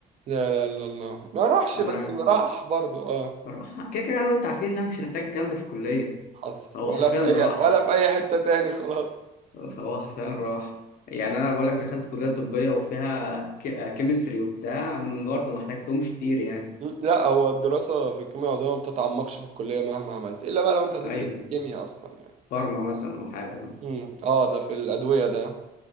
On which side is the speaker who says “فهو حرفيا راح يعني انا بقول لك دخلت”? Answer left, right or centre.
Left